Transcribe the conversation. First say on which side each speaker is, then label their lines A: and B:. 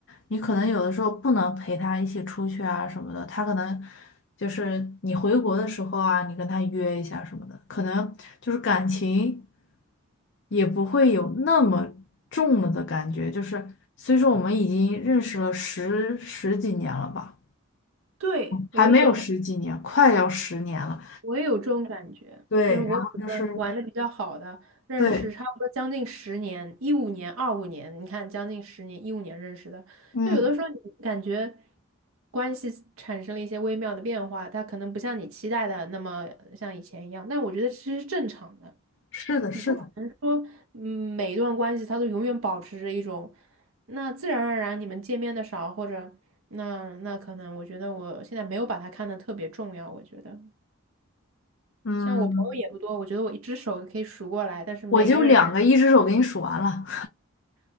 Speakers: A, on the left; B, on the right.
A: 你可能有的时候不能陪他一起出去啊什么的，他可能就是你回国的时候啊，你跟他约一下什么的，可能就是感情也不会有那么重了的感觉。就是虽说我们已经认识了十十几年了吧，
B: 对，我有，
A: 还没有十几年，快要十年了。
B: 我也有这种感觉，
A: 对，
B: 就是我有一个玩的比较好的，
A: 然后就是
B: 认识差不多将近十年，
A: 对，
B: 一五年、二五年，你看将近十年，一五年认识的，
A: 嗯，
B: 就有的时候你感觉关系产生了一些微妙的变化，它可能不像你期待的那么像以前一样，但我觉得其实是正常的，
A: 是的，是的，
B: 你不可能说，嗯，每一段关系它都永远保持着一种，那自然而然你们见面的少，或者那那可能我觉得我现在没有把它看得特别重要，我觉得。
A: 嗯，
B: 像我朋友也不多，我觉得我一只手可以数过来，但是每个人，
A: 我就两个一只手给你数完了。